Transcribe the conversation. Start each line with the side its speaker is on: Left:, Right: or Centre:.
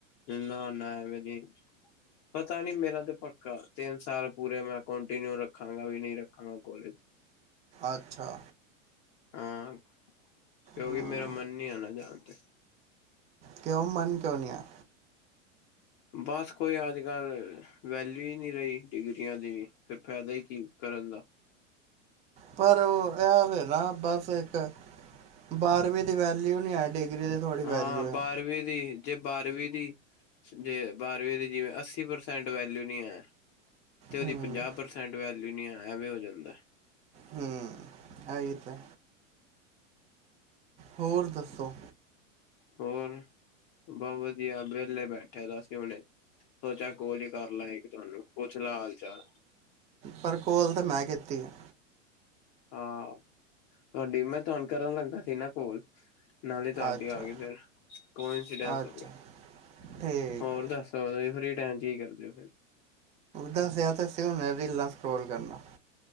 Left: ਨਾ, ਨਾ ਐਵੇ ਨਹੀਂ ਪਤਾ ਨੀ ਮੇਰਾ ਤੇ ਪੱਕਾ ਤਿੰਨ ਸਾਲ ਪੂਰੇ ਮੈਂ ਕੰਟੀਨਿਊ ਰੱਖਾਂਗਾ ਵੀ ਨਹੀਂ ਰੱਖਾਂਗਾ ਕੋਲੇਜ
Right: ਅੱਛਾ।
Left: ਹਾਂ। ਕਿਉਂਕਿ
Right: ਹੂੰ
Left: ਮੇਰਾ ਮਨ ਨਹੀਂ ਆਨਾ ਜਣ ਅੱ <inaudible>
Right: ਕਿਉਂ ਮਨ ਕਿਉਂ ਨੀ ਹੈ।
Left: ਬਸ ਕੋਈ ਅੱਜ ਕੱਲ੍ਹ ਵੈਲਊ ਹੀ ਨਹੀਂ ਰਹੀ ਡਿਗਰੀਆਂ ਦੀ ਵੀ ਫਿਰ ਫਾਇਦਾ ਹੀ ਕੀ ਕਰਨ ਦਾ।
Right: ਪਰ ਉਹ ਇਹ ਵੇ ਨਾ। ਬਸ ਇੱਕ ਬਾਰਵੀਂ ਦੀ ਵਾ ਨੀ ਹੈ ਡਿਗਰੀ ਦੀ ਥੋੜੀ ਵੈਲਿਊ
Left: ਹਾਂ
Right: ਹੈ।
Left: ਬਾਰਵੀਂ ਦੀ ਜੇ ਬਾਰਵੀਂ ਦੀ, ਜੇ ਬਾਰਵੀਂ ਦੀ ਜਿਵੇਂ ਅੱਸੀ ਪ੍ਰਸੈਂਟ ਵੈਲਊ ਨੀ ਹੈ। ਤੇ ਉਹਦੀ
Right: ਹੂੰ
Left: ਪੰਜਾਹ ਪ੍ਰਸੈਂਟ ਵੈ ਨੀ ਹੈ ਐਵੇਂ ਹੋ ਜਾਂਦਾ।
Right: ਹ ਐ ਈ ਤੇ। ਹੋਰ ਦੱਸੋ।
Left: ਹੋਰ ਬਹੁਤ ਵਧੀਆ ਵਿਹਲੇ ਬੈਠਿਆ ਤਾਂ ਸੀ ਉਹਨੇ ਸੋਚਿਆ ਕੋਲ ਹੀ ਕਰ ਲੈ ਇੱਕ ਤੁਹਾਨੂੰ ਪੁੱਛ ਲੈ ਹਾਲ ਚਾਲ।
Right: ਪਰ ਕੋਲ ਤੇ ਮੈਂ ਕੀ ਟੀ ਹੈ।
Left: ਹਾਂ ਤੁਹਾਡੀ ਮੈਂ ਤੁਹਾਨ ਕਰਨ ਲੱਗਾ ਸੀ ਨਾ ਕੋਲ। ਨਾਲੇ ਤੁਹਾਡੀ
Right: ਅੱਛਾ
Left: ਆ ਗਈ ਫੇਰ ਕੋ ਇੰਸੀਡੈਂਸ
Right: ਅੱਛਾ
Left: ਹੋ ਗਿਆ
Right: ਠੀਕ
Left: ਹੋਰ
Right: ਹੈ
Left: ਦੱਸੋ ਤੁਸੀਂ ਫਿ ਚ ਕੀ ਕਰਦੇ ਹੋ ਫਿਰ।
Right: ਦਾਸਿਆ ਤੇ ਸੀ ਹੁਣੇ ਵੇਲਾ ਰੋਲ ਕਰਨਾ।